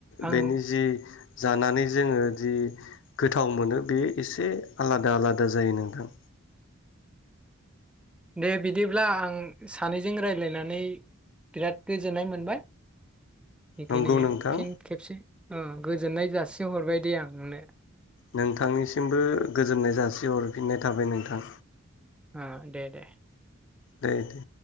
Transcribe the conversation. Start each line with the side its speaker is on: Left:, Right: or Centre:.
Centre: आं
Left: बेनि जि जानानै जोङो जि गोथाव मोनो बेयो एसे आलादा आलादा जायो नोंथां।
Centre: दे बिदिब्ला आं सानैजों रायलायनानै बिराद गोजोननाय मोनबाय। <unintelligible>
Left: नंगौ
Centre: खायनो
Left: नोंथां
Centre: फिन खेबसे उं गोजोननाय जासि हरबाय दे आं नोंनो।
Left: नोंथांनिसिमबो गोजोननाय जासिहरफिननाय थाबाय नोंथां।
Centre: ओ दे दे।
Left: दे दे।